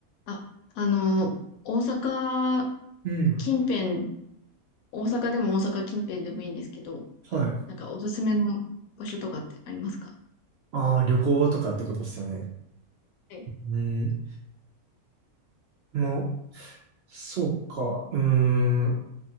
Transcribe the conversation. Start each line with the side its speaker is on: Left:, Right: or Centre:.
Left: あ、あの、大阪
Right: うん。
Left: 近辺、大阪でも大阪近辺でもいいんですけど、
Right: はい。
Left: なんかおすすめの場所とかってありますか
Right: ああ、旅行とかってことですよね。
Left: はい。
Right: うん。まあ、そうか。うーん。